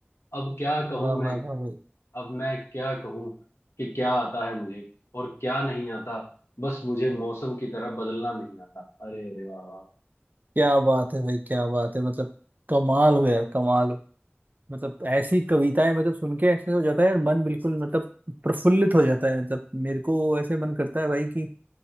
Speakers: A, on the left; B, on the right.
A: अब क्या कहूं
B: वाह
A: मैं
B: वाह वाह भाई
A: अब मैं क्या कहूं कि क्या आता है मुझे और क्या नहीं आता बस मुझे मौसम की तरह बदलना नहीं आता अरे अरे वाह वाह
B: क्या बात है भाई क्या बात है मतलब कमाल हो यार कमाल हो मतलब ऐसी कविताएं मतलब सुन के ऐसे हो जाता है यार मन बिल्कुल मतलब प्रफुल्लित हो जाता है मतलब मेरे को ऐसे मन करता है भाई कि